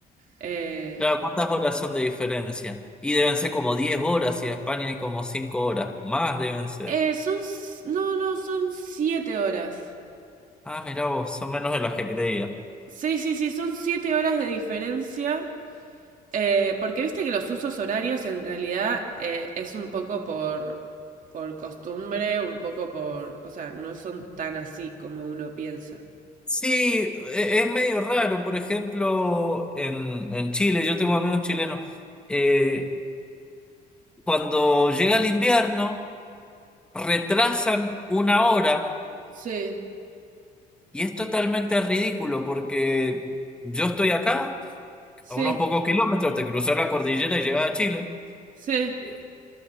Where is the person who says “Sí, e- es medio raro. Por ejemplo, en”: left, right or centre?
Centre